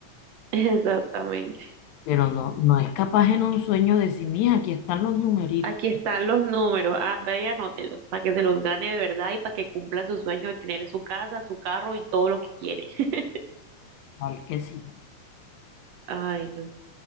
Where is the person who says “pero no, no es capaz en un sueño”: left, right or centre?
Left